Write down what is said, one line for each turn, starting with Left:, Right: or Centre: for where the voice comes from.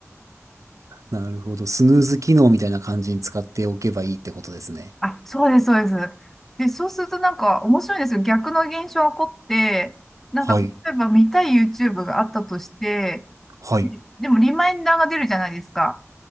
Right: なるほど。スヌーズ機能みたいな感じに使っておけばいいってことですね。
Centre: あ、そうです、そうです。で、そうするとなんか面白いんですよ。逆の現象が起こって、なんか例えば見たい
Right: はい。
Centre: YouTube があったとして、
Right: はい。
Centre: ででもリマインダーが出るじゃないですか。